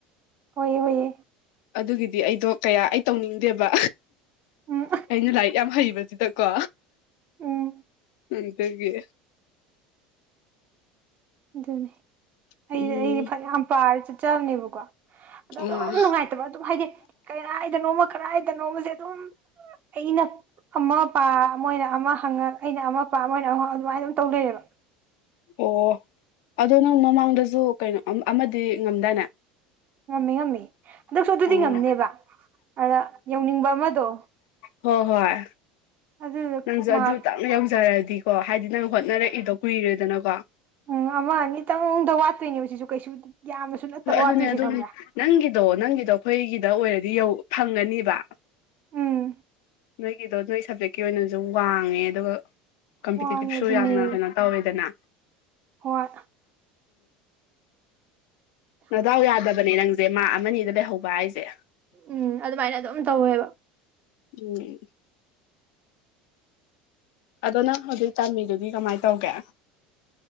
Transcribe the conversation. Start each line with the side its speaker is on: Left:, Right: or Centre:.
Right: ꯍꯣꯏꯌꯦ ꯍꯣꯏꯌꯦ
Left: ꯑꯗꯨꯒꯤꯗꯤ ꯑꯩꯗꯣ ꯀꯌꯥ ꯑꯩ ꯇꯧꯅꯤꯡꯗꯦꯕ
Right: ꯎꯝ
Left: ꯑꯩꯅ ꯂꯥꯏꯔꯤꯛ ꯌꯥꯝ ꯍꯩꯕꯖꯤꯗ ꯀꯣ
Right: ꯎꯝ
Left: ꯑꯟꯇꯒꯦ
Right: ꯑꯗꯨꯅꯦ ꯑꯩꯗꯤ
Left: ꯎꯝ
Right: ꯑꯩ ꯐꯅꯌꯥꯝ ꯄꯥꯔ ꯆꯠꯆꯕꯅꯦꯕꯀꯣ ꯑꯗꯣ
Left: ꯑꯥ
Right: ꯑꯗꯨꯝ ꯅꯨꯡꯉꯥꯏꯇꯕ ꯑꯗꯨꯝ ꯍꯥꯏꯗꯤ ꯀꯗꯥꯗꯅꯣꯃ ꯀꯗꯥꯏꯗꯅꯣꯃꯖꯦ ꯑꯗꯨꯝ ꯑꯩꯅ ꯑꯃ ꯄꯥ ꯃꯣꯏꯅ ꯑꯃ ꯍꯪꯉꯛ ꯑꯩꯅ ꯑꯃ ꯄꯥ ꯃꯣꯏꯅ ꯑꯃ ꯍꯪꯉꯛ ꯑꯗꯨꯃꯥꯏꯅ ꯑꯗꯨꯝ ꯇꯧ ꯂꯩꯩꯌꯦꯕ
Left: ꯑꯣ ꯑꯗꯣ ꯅꯪ ꯃꯃꯥꯡꯗꯖꯨ ꯀꯩꯅꯣ ꯑꯃ ꯑꯃꯗꯤ ꯉꯝꯗꯥꯏꯅꯦ
Right: ꯉꯝꯃꯦ ꯉꯝꯃꯦ ꯍꯟꯗꯛꯁꯨ ꯑꯗꯨꯗꯤ
Left: ꯑꯣ
Right: ꯉꯝꯅꯦꯕ
Left: ꯑꯥ
Right: ꯑꯗꯨꯗ ꯌꯧꯅꯤꯡꯕ ꯑꯃꯗꯣ
Left: ꯍꯣ ꯍꯣꯏ
Right: ꯑꯗꯨꯗꯣ
Left: ꯅꯪꯖꯨ
Right: ꯃꯥꯔꯛ
Left: ꯑꯗꯨ ꯇꯪ ꯅ ꯌꯧꯖꯔꯛꯗꯤꯀꯣ ꯍꯥꯏꯗꯤ ꯅꯪ ꯍꯣꯠꯅꯔꯛꯏꯗꯣ ꯀꯨꯏꯔꯦꯗꯅꯀꯣ
Right: ꯎꯝ ꯑꯃ ꯑꯅꯤꯇꯪꯗ ꯋꯥꯠꯇꯣꯏꯅꯦꯕ ꯁꯤꯖꯨ ꯀꯩꯁꯨ ꯌꯥꯝꯅꯁꯨ ꯅꯠꯇꯕ
Left: ꯍꯣꯏ ꯑꯗꯨꯅꯦ
Right: ꯋꯥꯠꯇꯣꯏꯁꯦ
Left: ꯑꯗꯨ
Right: ꯈꯪꯕ꯭ꯔꯥ
Left: ꯅꯪꯒꯤꯗꯣ ꯅꯪꯒꯤꯗꯣ ꯑꯩꯈꯣꯏꯒꯤꯗ ꯑꯣꯏꯔꯗꯤ ꯌꯧ ꯐꯪꯒꯅꯤꯕ
Right: ꯎꯝ
Left: ꯅꯣꯏꯒꯤꯗꯣ ꯅꯣꯏ ꯁꯕꯖꯦꯛꯀꯤ ꯑꯣꯏꯅꯖꯨ ꯋꯥꯡꯉꯦ ꯑꯗꯨꯒ ꯀꯝꯄꯤꯇꯤꯇꯤꯞ
Right: ꯋꯥꯡꯉꯦ
Left: ꯁꯨ
Right: ꯑꯗꯨꯅꯦ
Left: ꯌꯥꯝꯅ ꯀꯩꯅꯣ ꯇꯧꯋꯦꯗꯅ
Right: ꯍꯣꯏ
Left: ꯅꯗꯥꯎ ꯌꯥꯗꯕꯅꯦ ꯅꯪꯖꯦ ꯃꯥꯛ ꯑꯃ ꯑꯅꯤꯗ ꯂꯩꯍꯧꯕ ꯍꯥꯏꯖꯦ
Right: ꯎꯝ ꯑꯗꯨꯃꯥꯏꯅ ꯑꯗꯨꯝ ꯇꯧꯋꯦꯕ
Left: ꯑꯗꯨꯅꯦ ꯑꯗꯣ ꯅꯪ ꯍꯧꯖꯤꯛ ꯇꯝꯃꯤꯗꯨꯗꯤ ꯀꯃꯥꯏ ꯇꯧꯒꯦ